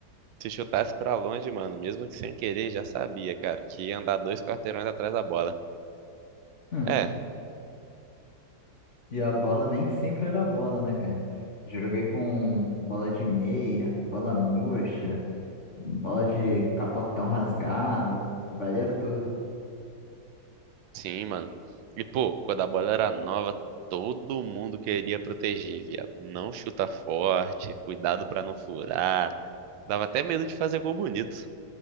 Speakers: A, on the right; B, on the left.
A: Se chutasse pra longe, mano, mesmo que sem querer, já sabia, cara, que ia andar dois quarteirões atrás da bola.
B: Hum,
A: É,
B: E a bola nem sempre era bola, né, cara? Já Joguei com bola de meia, bola murcha, bola de capotão rasgado, valia tudo.
A: sim, mano. E, pô, quando a bola era nova, todo mundo queria proteger, viado. Não chuta forte, cuidado pra não furar. Dava até medo de fazer gol bonito.